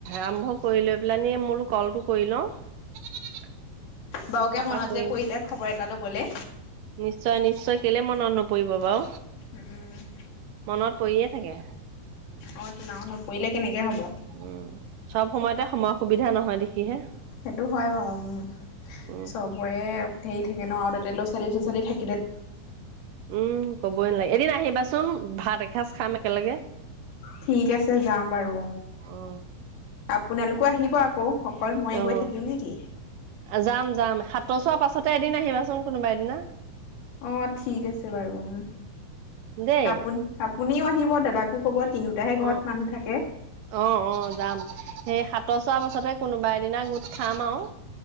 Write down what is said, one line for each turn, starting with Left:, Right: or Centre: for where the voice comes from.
Right: আৰম্ভ কৰি লৈ পেলানি মোৰো ক'লটো কৰি লওঁ।
Left: বাওকে
Right: তাৰপা
Left: মনত
Right: কৰিম
Left: যে পৰিলে খবৰ এটা ল'বলে।
Right: নিশ্চয় নিশ্চয় কেলে মনত নপৰিব বাৰু।
Left: উম!
Right: মনত পৰিয়ে থাকে।
Left: অ'! তেনেহ'লে নপৰিলে কেনেকে? হ'ব।
Right: উম, চব সময়তে, সময়ৰ সুবিধা নহয়, দেখিহে।
Left: সেইটো হয় বাৰু
Right: উম
Left: চবৰে ঢেই থাকে ন'। তাতে ল'ৰা ছোৱালী চ'ৰা ছোৱালী থাকে ন'?
Right: উম, ক'বই নালাগে। এদিন আহিব বাচোন ভাত এসাঁজ খাম একেলগে।
Left: ঠিক আছে যাম বাৰু।
Right: অ
Left: আপোনালোক আকৌ, আহিব আকৌ? অকল ময়ে
Right: অ'!
Left: গৈ থাকিম নেকি?
Right: যাম, যাম। ত' চোৱাৰ পাছতে এদিন আহিবাচোন, কোনোবা এদিনা।
Left: অ'! ঠিক আছে বাৰু। উম!
Right: দেই
Left: আপুনি কোনেও আহিব, দাদাকো ক'ব! তিনিওটাহে ঘৰত
Right: উম,
Left: মানুহ থাকে
Right: অ'! অ'! যাম। সেই সাতৰ চোৱাৰ পাছতে কোনোবা এদিনা গোট খাম আৰু।